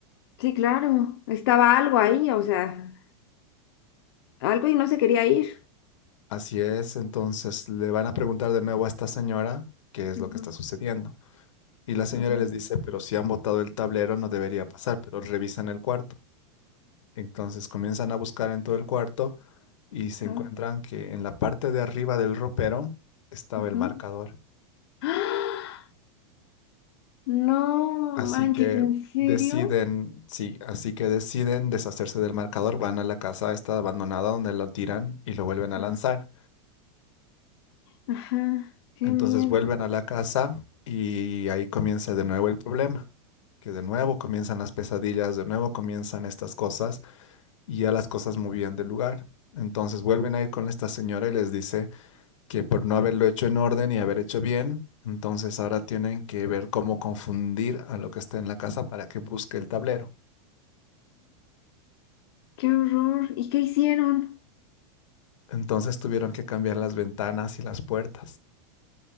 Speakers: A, on the left (about 55°); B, on the left (about 75°).
A: Sí, claro, estaba algo ahí, o sea, algo y no se quería ir.
B: Así es, entonces le van a preguntar de nuevo a esta señora qué es
A: Ujú,
B: lo que está sucediendo. Y la señora
A: ajá,
B: les dice, pero si han botado el tablero no debería pasar, pero revisan el cuarto. Entonces comienzan a buscar en todo el cuarto y se
A: ajá,
B: encuentran que en la parte de arriba del ropero estaba
A: ujú.
B: el marcador.
A: ¡Ah! No
B: Así
A: manches,
B: que
A: ¿en serio?
B: deciden, sí, así que deciden deshacerse del marcador, van a la casa esta abandonada donde lo tiran y lo vuelven a
A: Ajá,
B: lanzar.
A: ajá, qué
B: Entonces
A: miedo.
B: vuelven a la casa y ahí comienza de nuevo el problema, que de nuevo comienzan las pesadillas, de nuevo comienzan estas cosas y ya las cosas movían de lugar. Entonces vuelven a ir con esta señora y les dice que por no haberlo hecho en orden y haber hecho bien, entonces ahora tienen que ver cómo confundir a lo que está en la casa para que busque el tablero.
A: Qué horror. ¿Y qué hicieron?
B: Entonces tuvieron que cambiar las ventanas y las puertas.